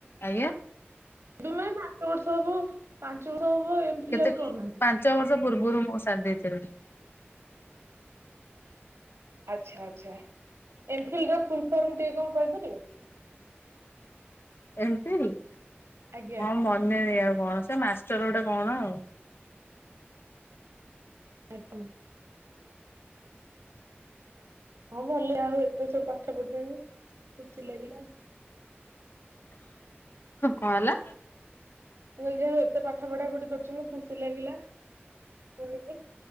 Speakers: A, on the left; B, on the right.
A: ଆଜ୍ଞା।
B: ଏବେ ମାନେ ପାଞ୍ଚ ବର୍ଷ ହବ ପାଞ୍ଚ ବର୍ଷ ହବ ଏମ୍ ଫିଲ୍
A: କେତେ
B: ବି କରୁନାହାନ୍ତି।
A: ପାଞ୍ଚ ବର୍ଷ ପୂର୍ବରୁ ମୁଁ ସାରିଦେଇଥିଲି।
B: ଆଚ୍ଛା ଆଚ୍ଛା ଏମଫିଲ୍ ର ଫୁଲ ଫର୍ମ ଟିକେ କଣ କହିପାରିବେ।
A: ଏମ୍ ପିଁଡି କଁ
B: ଆଜ୍ଞା।
A: ମନେ ନାହିଁ ଆଉ କଣ ସେ ମାଷ୍ଟର ଗୋଟେ କଣ ଆଉ।
B: ଆଜ୍ଞା। ହଁ ଭଲ ଆଉ ଏତେ ସବୁ ପାଠ ପଢ଼ିଛନ୍ତି ଖୁସି ଲାଗିଲା।
A: କଣ ହେଲା।
B: ମୁଁ କହିଲି ଯାହା ହଉ ଏତେ ପାଠ ପଢା ପଢି କରିଚନ୍ତି ଖୁସି ଲାଗିଲା। ଶୁଣିକି।